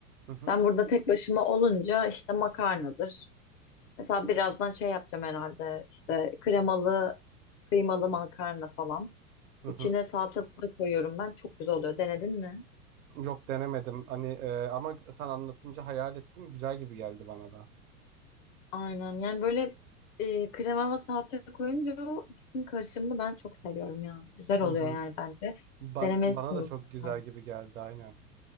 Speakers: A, on the right; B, on the left.
A: Hı hı
B: Ben burada tek başıma olunca işte makarnadır. Mesela birazdan şey yapacağım herhalde. işte kremalı, kıymalı makarna falan.
A: hı
B: İçine
A: hı.
B: salça da koyuyorum ben. Çok güzel oluyor. Denedin mi?
A: Yok denemedim hani e, ama sen anlatınca hayal ettim güzel gibi geldi bana da.
B: Aynen. Yani böyle e, krema ve salça koyunca o ikisinin karışımını ben çok seviyorum ya. Güzel oluyor
A: Hı hı.
B: yani bence.
A: Ben,
B: Denemelisin
A: bana da
B: mutlaka.
A: çok güzel gibi geldi aynen.